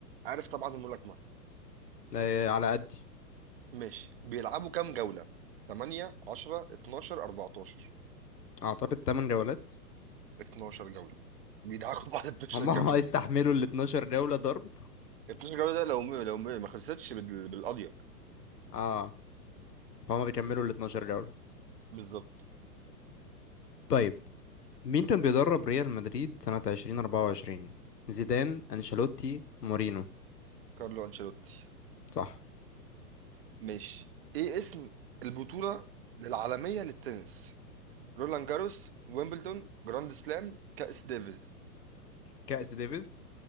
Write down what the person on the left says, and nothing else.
آه على قدي
أعتقد 8 جولات
هم <laughs>
هيستحملوا ال 12 جولة ضرب
اه فهم بيكملوا ال 12 جولة
طيب مين كان بيدرب ريال مدريد سنة 2024 زيدان أنشيلوتي مورينو
صح
كأس ديفيز